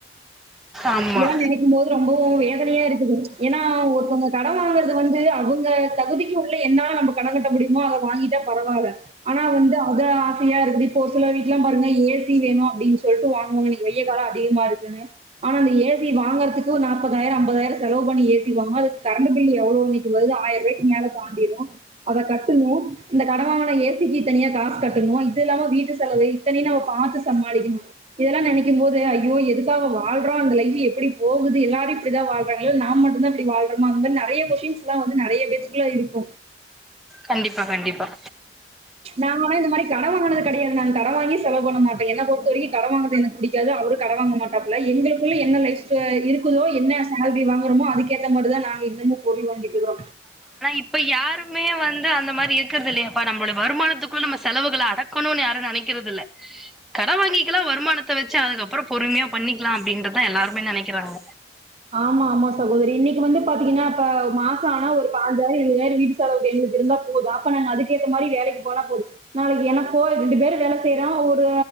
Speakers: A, in the centre; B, on the right (about 35°).
A: ஆமா
B: இதலா நெனைக்கும் போது ரொம்பவு வேத தனையா இருக்குது ஏன்னா ஒருத்தவங்க கடன் வாங்றது வந்து அவுங்க தகுதிக்கு உள்ள என்னால நம்ம கடன் கட்ட முடியுமோ அத வாங்கிட்டா பரவால்ல ஆனா வந்து அத ஆசையா இருக்குது இப்போ ஒரு சில வீட்ல பாருங்க ஏ சி வேணு அப்டின் சொல்ட்டு வாங்குவாங்க இனி வெயில் கால அதிகமா இருக்குனு ஆனா அந்த ஏ சி வாங்கறதுக்கு நாப்பதாயிரோ அம்பதாயிரோ செலவு பண்ணி ஏ சி வாங்னோ அதுக் கரண்டு பில்லு எவ்ளோ இன்னைக்கு வருது ஆயிர்ரூவாய் க் மேலே தாண்டிரு அத கட்டணு இந்த கட வாங்குன ஏ சி க்கு தனியா காசு கட்டணு இது இல்லாம வீட்டு செலவு இத்தனயு நம்ம பாத்து சமாளிக்கணு இதெல்லா நெனைக்கும் போது ஐயோ எதுக்காக வாழ் அப்றோ அந்த லைஃப் எப்டி போகுது எல்லாரு இப்டிதா வாழ்றாங்ளா இல்ல நா மட்டுந்தா இப்டி வாழ்றமா அண்ட் தென் நெறைய ஃகொஷ்டின்ஸ்லா வந்து நெறைய பேத்துகுள்ள இருக்கு
A: கண்டிப்பா கண்டிப்பா
B: நாங்கலா இந்த மாரி கடன் வாங்குனது கெடையாது நாங்க கடன் வாங்கி செலவு பண்ண மாட்டோன் என்ன பொறுத்த வரைக்கு கடன் வாங்குறது எனக்கு புடிக்காது அவரு கடன் வாங்க மாட்டாப்ல எங்குளுக்குள்ள என்ன லைஃப் ஸ்டா இருக்குதோ என்ன சேல்ரி வாங்குறமோ அதுக்கேத்த மாரிதா நாங்க இன்னமு பொருள் வாங்கிட்டிருக்கிறோ
A: இப்ப யாருமே வந்து அந்த மாரி இருக்குறது இல்லயேப்பா நம்பளோட வருமானத்துக்குள்ள நம்ம செலவுகள அடக்கணுன்னு யாரு நெனைக்கறதில்ல கடன் வாங்கிக்கலா வருமானத்த வெச்சு அதுக்கப்பறோ பொறுமையா பண்ணிக்லா அப்டின்றதுதா எல்லாருமே நெனைக்கிறாங்க
B: ஆமா ஆமா சகோதரி இன்னைக்கு வந்து பாத்தீங்கன்னா இப்ப மாச ஆனா ஒரு பாஞ்சாயிரோ இருவதாயிரோ வீட்டு செலவுக்கு எங்களுக்கு இருந்தா போது அப்ப நாங்க அதுக்கேத்த மாரி வேலைக்கு போனா போது நாளைக்கு எனக்கோ ரெண்டு பேரு வேல செய்றோ ஒரு